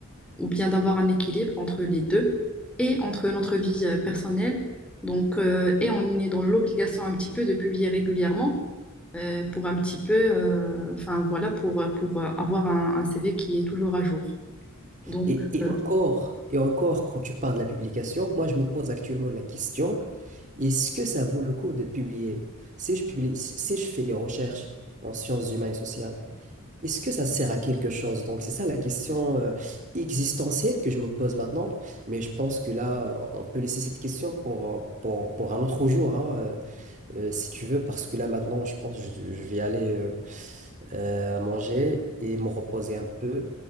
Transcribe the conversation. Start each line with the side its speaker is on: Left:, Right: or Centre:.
Centre: ou bien d'avoir un équilibre entre les deux et entre notre vie euh, personnelle. Donc, euh, et on est dans l'obligation un petit peu de publier régulièrement euh, pour un petit peu, euh, enfin voilà, pour, euh, pour euh, avoir un, un CV qui est toujours à jour. Donc,
Right: Et, et
Centre: euh,
Right: encore, et encore, quand tu parles de la publication, moi je me pose actuellement la question, est-ce que ça vaut le coup de publier? Si je publie, si si je fais des recherches en sciences humaines et sociales, est-ce que ça sert à quelque chose? Donc c'est ça la question euh, existentielle que je me pose maintenant, mais je pense que là, on peut laisser cette question pour, euh, pour, pour un autre jour, hein, euh, euh, si tu veux, parce que là maintenant, je pense que je, je vais aller euh, euh, manger et me reposer un peu.